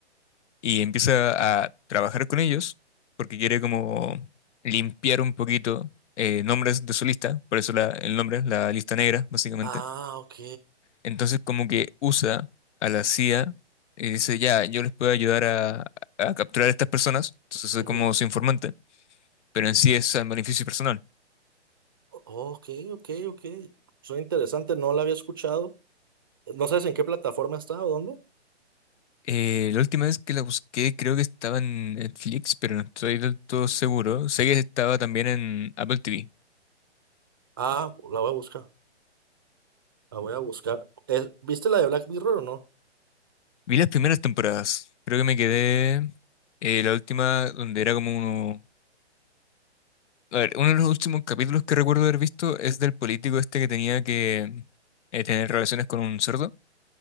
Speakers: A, on the left; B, on the right.
A: y empieza a trabajar con ellos porque quiere como limpiar un poquito eh, nombres de su lista, por eso la- el nombre es la lista negra, básicamente.
B: Ah, ok.
A: Entonces como que usa a la CIA y dice, ya, yo les puedo ayudar a, a capturar a estas personas, entonces soy
B: Ujú.
A: como su informante, pero en sí es al beneficio personal.
B: O- Ok, ok, ok. Suena interesante, no la había escuchado. No sabes en qué plataforma está o dónde.
A: Eh, la última vez que la busqué creo que estaba en Netflix, pero no estoy del todo seguro. Sé que estaba también en Apple TV.
B: Ah, la voy a buscar. La voy a buscar. Eh, ¿viste la de Black Mirror o no? <laughs>
A: Vi las primeras temporadas. Creo que me quedé eh, la última donde era como uno... A ver, uno de los últimos capítulos que recuerdo haber visto es del político este que tenía que eh, tener relaciones con un cerdo.